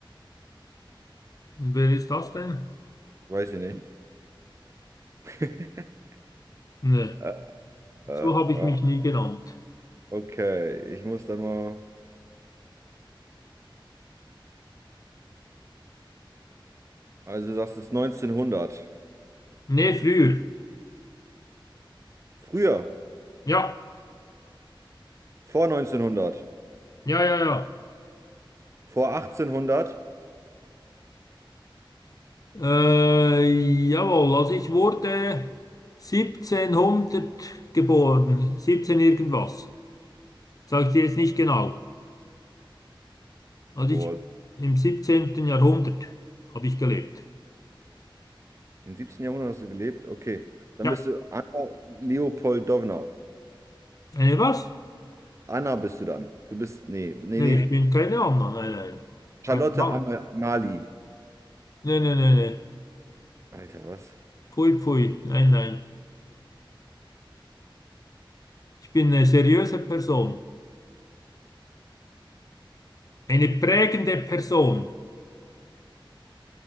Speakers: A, on the left; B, on the right.
A: Und wer ist das denn?
B: Weiß ich nicht. <laughs>
A: Nee,
B: äh, äh,
A: so habe ich
B: äh,
A: mich nie genannt.
B: okay, ich muss da mal. Also, du sagst es ist 1900.
A: Nee, früher.
B: Früher,
A: Ja,
B: vor 1900,
A: ja, ja, ja.
B: vor 1800.
A: Äh, jawohl, also ich wurde 1700 geboren, 17 irgendwas. Sag ich dir jetzt nicht genau. Also
B: Boah,
A: ich im 17. Jahrhundert habe ich gelebt.
B: im 17. Jahrhundert hast du gelebt. Okay, dann
A: Ja,
B: bist du Anna Leopoldowna.
A: eine was?
B: Anna bist du dann. Du bist, nee, nee,
A: Nee,
B: nee.
A: ich Nee. bin keine Anna, nein, nein.
B: Charlotte
A: Kein Fall.
B: Amal Amalie.
A: Nee, nee, nee, nee.
B: Alter, was?
A: Pfui, pfui, nein, nein. Ich bin eine seriöse Person, eine prägende Person.